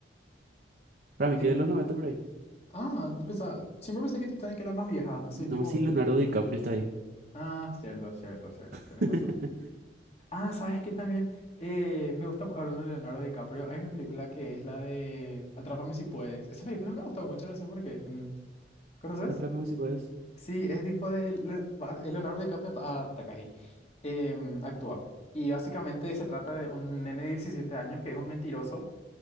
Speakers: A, on the right (about 55°); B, on the left (about 35°).
A: para mí
B: De-
A: que de los noventa por ahí.
B: Ah, no pensaba- siempre pensé que Titanic era más vieja, así
A: No,
B: tipo...
A: sí, Leonardo DiCaprio está ahí.
B: Ah, cierto, cierto, cierto,
A: <laughs>
B: tenés razón. Ah, ¿sabes qué también? Eh, me gusta, mu- hablando de Leonardo DiCaprio, hay una película que es la de Atrápame si puedes. Esa película me ha gustado mucho, no sé por qué. Mm, ¿Conoces?
A: Atrápame si puedes.
B: Sí, es tipo de Le- va- es Leonardo DiCaprio a Takagi. em, actúa. Y básicamente se trata de un nene de 17 años que es un mentiroso